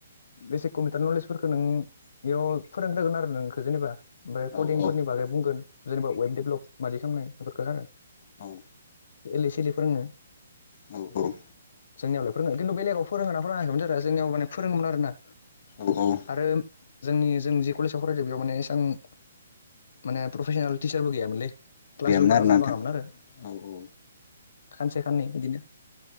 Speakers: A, on the left (about 60°); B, on the left (about 40°).
A: बेसिक कम्पिउटार नलेजफोरखौ नों बेयाव फोरोंग्रोगोन आरो नोंखौ जेनेबा ओमफ्राय
B: औ
A: कदिंफोरनि
B: औ
A: बागै बुंगोन जेनेबा वेब डेभलप मादि खालामनाय <unintelligible>
B: औ।
A: एलै सिलै फोरोङो
B: औ औ।
A: <unintelligible> फोरोङो खिन्थु बेलेगाव फोरोंङाना फोरोंयाखैमोनथाय रा जोंयाव माने फोरोङोमोन आरोना
B: औ औ।
A: आरो जोंनि जों जि कलेजाव फरायदों बेयाव माने एसेबां माने प्रफेसनेल टिचारबो गैयामोनलै । क्लासबो
B: गैयामोन
A: बारा
B: आरोना
A: जाबाङामोन
B: नोंथां
A: आरो ।
B: औ औ
A: खानसे खाननै बिदिनो